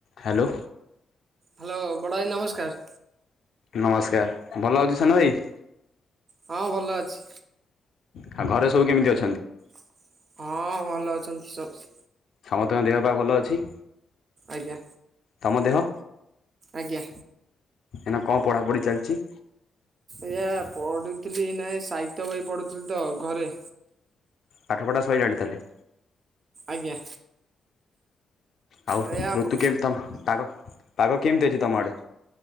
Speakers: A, on the left; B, on the right.
A: ହ୍ୟାଲୋ।
B: ହ୍ୟାଲୋ, ବଡ଼ ଆଇ ନମସ୍କାର!
A: ନମସ୍କାର। ଭଲ ଅଛୁ ସାନ ଭାଇ?
B: ହଁ, ଭଲ ଅଛି।
A: ଆଉ, ଘରେ ସବୁ କେମିତି ଅ
B: <unintelligible> ହଁ, ଭଲ ଅଛନ୍ତି ସବ୍ସ।
A: ସମତଙ୍କ ଦେହ ପାହ ଭଲ ଅଛି?
B: ଆଜ୍ଞା।
A: ତମ ଦେହ?
B: ଆଜ୍ଞା।
A: ଏଇନା କଣ ପଢ଼ାପଢ଼ି ଚାଲିଚି?
B: ଏଆ ପଢ଼ୁଥିଲି ନାଇଁ ସାଇତ୍ୟ ବହି ପଡ଼ୁଥିଲି ତ ଘରେ।
A: ପାଠ ପଢ଼ା ସଇଲାଣି ତାହେଲେ?
B: ଆଜ୍ଞା।
A: ଆଉ
B: ଆଜ୍ଞା
A: ଋତୁ
B: ହଁ
A: କେମ ତମ ପାଗ ପାଗ କେମିତି ଅଛି ତମ ଆଡ଼େ?